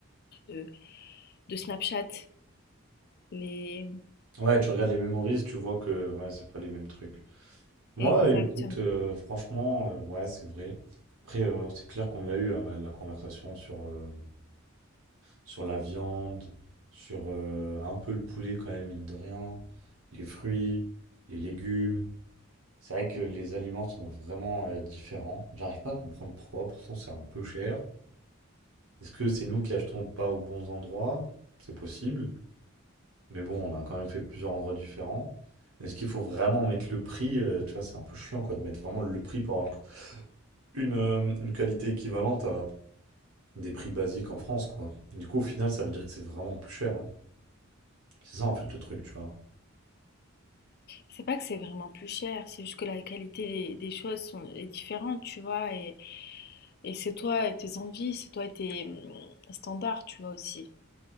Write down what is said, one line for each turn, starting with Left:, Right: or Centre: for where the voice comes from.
Left: de, de Snapchat, les...
Right: Ouais, tu regardes les memories, tu vois que ouais, c'est pas les mêmes trucs. Moi,
Left: Exactement.
Right: écoute, euh, franchement, euh, ouais, c'est vrai. Après, euh, c'est clair qu'on l'a eu hein, la la conversation sur. euh, sur la viande, sur euh, un peu le poulet quand même, mine de rien, les fruits, les légumes. C'est vrai que les aliments sont vraiment euh, différents. J'arrive pas à comprendre pourquoi, pourtant c'est un peu cher. Est-ce que c'est nous qui achetons pas aux bons endroits? C'est possible. Mais bon, on a quand même fait plusieurs endroits différents. Est-ce qu'il faut vraiment mettre le prix? euh, tu vois, c'est un peu chiant quoi, de mettre vraiment le prix pour avoir une, une, euh, une qualité équivalente à des prix basiques en France, quoi. Du coup, au final, ça veut dire que c'est vraiment plus cher, hein. C'est ça, en fait, le truc, tu vois.
Left: C'est pas que c'est vraiment plus cher, c'est juste que la qualité des, des choses sont, est différente, tu vois, et, et c'est toi et tes envies, c'est toi et tes hum, standards, tu vois, aussi.